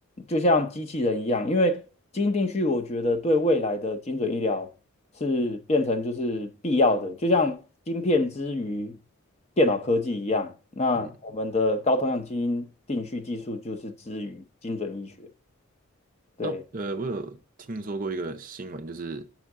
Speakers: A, on the left; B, on the right.
A: 就像机器人一样，因为基因定序，我觉得对未来的精准医疗。是变成就是必要的，就像晶片之于电脑科技一样，那我们的高通量基因定序技术就是之于精准医学。
B: 嗯，
A: 对，
B: 那呃，我有听说过一个新闻，就是